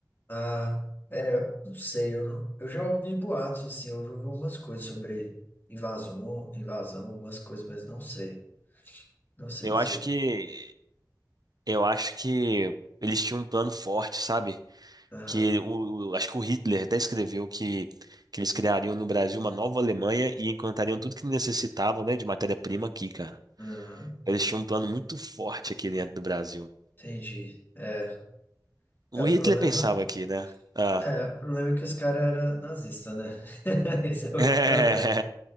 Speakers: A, on the left; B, on the right.
A: Ah, é, eu não sei, eu, não- eu já ouvi boatos, assim, eu já ouvi algumas coisas sobre invasão, invasão, algumas coisas, mas não sei. Não sei
B: Eu
A: dizer.
B: acho que eu acho que eles tinham um plano forte, sabe?
A: Aham,
B: que o, o- acho que o Hitler até escreveu que, que eles criariam no Brasil uma nova Alemanha e encantariam tudo que necessitavam, né, de matéria-prima aqui, cara.
A: aham,
B: Eles tinham um plano muito forte aqui dentro do Brasil.
A: entendi. É,
B: O
A: é, o
B: Hitler
A: problema.
B: pensava aqui, né? Ah,
A: É, o problema é que os caras eram nazistas, né? <laughs> Esse é o
B: <laughs>
A: único problema.